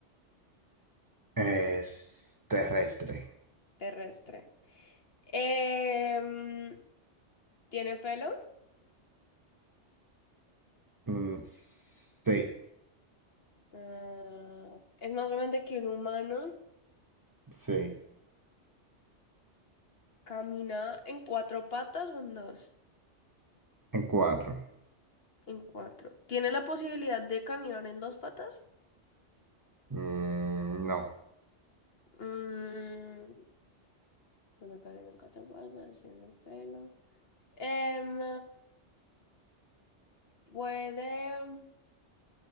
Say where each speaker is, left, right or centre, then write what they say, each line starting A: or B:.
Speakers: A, on the right (about 20°); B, on the left (about 55°).
A: Es terrestre.
B: terrestre. Em, ¿tiene pelo?
A: Mm, sí,
B: Ah, ¿es más grande que un humano?
A: sí.
B: ¿Camina en cuatro patas o en dos?
A: En cuatro.
B: En cuatro. ¿Tiene la posibilidad de caminar en dos patas?
A: Mm, no.
B: Mm, pero que en te pasa, sin pelo. Em, puede.